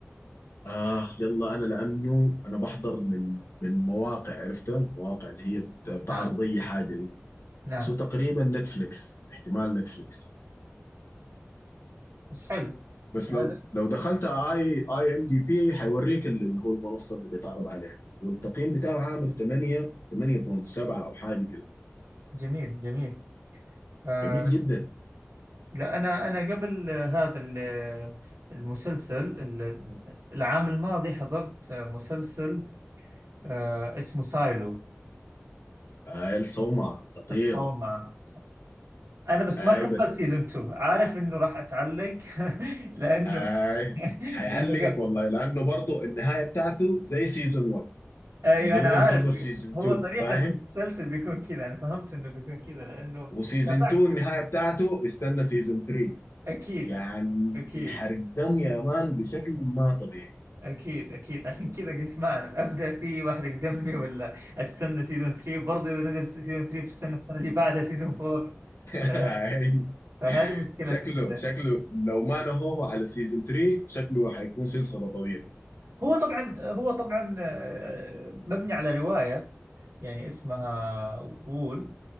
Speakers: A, on the left; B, on the right.
A: اخ يلا انا لانه انا بحضر من من مواقع عرفتها المواقع اللي هي بت- بتعرض
B: نعم
A: اي حاجه دي
B: نعم
A: بس هو تقريبا نتفليكس احتمال نتفليكس
B: بس حلو
A: بس
B: هذا
A: لو لو دخلت اي اي ام دي بي هيوريك اللي اللي هو المنصه اللي بيتعرض عليها والتقييم بتاعه عامل 8 8.7 او حاجه كده
B: جميل جميل آه
A: جميل جدا
B: لا أنا أنا قبل هذا ال- المسلسل ال- العام الماضي حضرت مسلسل آه اسمه سايلو
A: اي الصومعه خطير
B: الصومعة أنا بس
A: اي
B: ما كملت
A: بس
B: سيزون 2 عارف إنه راح أتعلق <laughs> لأنه
A: اي
B: <laughs>
A: هيعلقك
B: لانه قا...
A: والله لانه برضه النهايه بتاعته زي سيزون 1
B: ايوه
A: اللي
B: انا
A: هو
B: عارف
A: انتظر سيزون 2
B: هو طريقة
A: فاهم
B: المسلسل بيكون كذا انا فهمت انه بيكون كذا لانه
A: وسيزون
B: تابعت
A: 2 النهايه بتاعته استنى سيزون 3
B: اكيد
A: يعني
B: اكيد
A: حرق دم يا مان بشكل ما طبيعي
B: اكيد اكيد عشان كذا قلت ما اعرف ابدا فيه واحرق دمي ولا استنى سيزون 3 برضه اذا نزل سيزون 3 بستنى السنة اللي بعدها سيزون 4 ف-
A: <laughs>
B: فهذه مشكلة
A: شكله
B: ال...
A: شكله لو ما نهوه على سيزون 3 شكله حيكون سلسلة طويلة
B: هو طبعا هو طبعا آه، مبني على رواية يعني اسمها وول